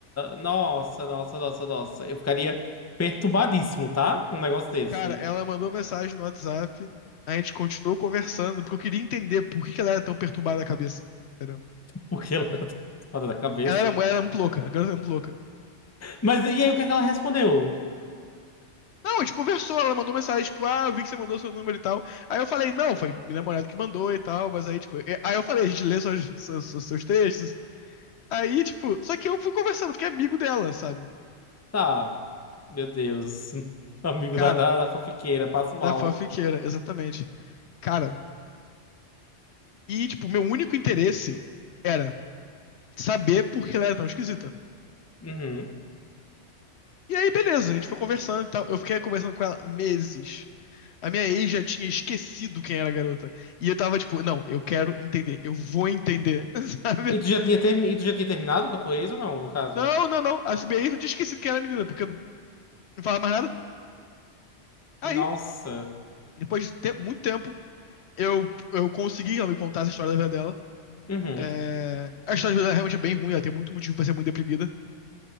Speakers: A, on the left; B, on the left.
A: nossa, nossa, nossa, nossa. Eu ficaria perturbadíssimo, tá? Com Um negócio desse.
B: Cara, ela mandou mensagem no WhatsApp. A gente continuou conversando, porque eu queria entender por que que ela era tão perturbada da cabeça. Entendeu?
A: Porque ela <laughs> tá fora da cabeça.
B: Ela era, ela era muito louca, a garota era muito louca.
A: Mas e aí, o que é que ela respondeu?
B: Não, a gente conversou, ela mandou mensagem, tipo, ah, eu vi que você mandou seu número e tal. Aí eu falei, não, foi minha namorada que mandou e tal, mas aí, tipo, é- aí eu falei, a gente lê seus, seus, seus textos, Aí, tipo, só que eu fui conversando, fiquei amigo dela, sabe?
A: Tá. Meu Deus. <laughs> Amigo
B: Cara,
A: da, da, da fofiqueira, passo mal.
B: da fanfiqueira, exatamente. Cara, e, tipo, meu único interesse era saber por que ela era tão esquisita.
A: Uhum.
B: E aí, beleza, a gente foi conversando e tal. Eu fiquei conversando com ela meses. A minha ex já tinha esquecido quem era a garota. E eu tava tipo, não, eu quero entender, eu vou entender, <laughs> sabe?
A: E tu já tinha, termi... e tu já tinha terminado com a tua ex ou não, no caso?
B: Não, não, não. A minha ex eu tinha esquecido quem era a menina, porque não falava mais nada. Aí,
A: Nossa.
B: depois de te- muito tempo, eu, eu consegui ela me contar essa história da vida dela.
A: Uhum.
B: É, A história dela realmente é bem ruim, ela tem muito motivo pra ser muito deprimida.